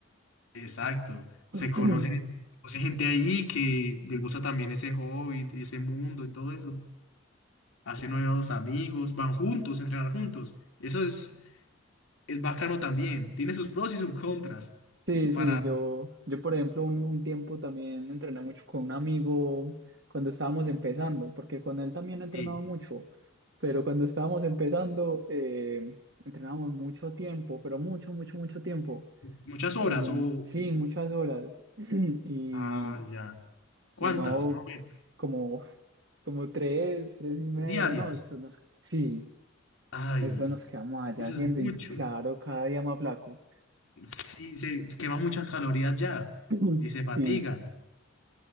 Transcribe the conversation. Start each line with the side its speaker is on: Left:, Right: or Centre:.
Left: Exacto, se
Right: <clears throat>
Left: conocen, conoce gente ahí que le gusta también ese hobby, ese mundo y todo eso. Hace nuevos amigos, van juntos, a entrenar juntos. Eso es, es bacano también. Tiene sus pros y sus contras
Right: Sí,
Left: para
Right: sí, yo, yo por ejemplo un, un tiempo también entrené mucho con un amigo cuando estábamos empezando, porque con él también he entrenado
Left: sí,
Right: mucho, pero cuando estábamos empezando eh, entrenábamos mucho tiempo, pero mucho, mucho, mucho tiempo.
Left: muchas horas
Right: Y
Left: o...
Right: sí, muchas horas. <clears throat> Y,
Left: Ah, ya. ¿Cuántas?
Right: y no
Left: Más o menos,
Right: como, como tres, tres y media,
Left: Diarias.
Right: no, eso nos, sí,
Left: Ay,
Right: eso nos quedamos allá
Left: eso
Right: haciendo
Left: es mucho.
Right: y claro, cada día más flacos.
Left: Sí, se quema muchas calorías ya
Right: <clears throat>
Left: y se
Right: Sí.
Left: fatigan.